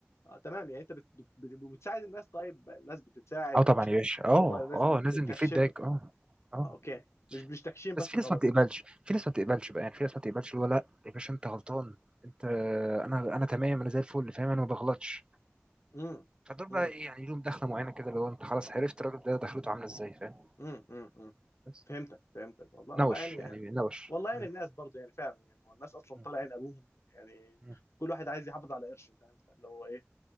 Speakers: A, on the left; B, on the right.
A: آه تمام يعني انت بت بت بت بتساعد الناس طيب الناس بتتساعد
B: اه طبعا
A: مش
B: يا باشا اه
A: هو لازم
B: اه لازم
A: تكشم
B: الفيدباك
A: له
B: اه اه
A: آه اوكي
B: آه.
A: مش مش تكشيم
B: بس
A: بس
B: في
A: وخلاص
B: ناس ما بتقبلش
A: يعني
B: في ناس ما بتقبلش بقى يعني في ناس ما بتقبلش اللي هو لا يا باشا انت غلطان انت انا انا تمام انا زي الفل فاهم انا ما بغلطش
A: امم
B: فدول بقى
A: امم
B: ايه يعني لهم دخله معينه كده اللي هو انت خلاص عرفت الراجل ده دخلته عامله ازاي فاهم
A: امم امم أمم.
B: بس
A: فهمتك فهمتك والله
B: نوش
A: الله يعني
B: يعني
A: يعني
B: نوش
A: والله يعني
B: مم.
A: الناس برضو يعني فعلا يعني هو الناس اصلا
B: مم.
A: طالع عين ابوهم يعني
B: مم.
A: كل واحد عايز يحافظ على قرشه فاهم فاللي هو ايه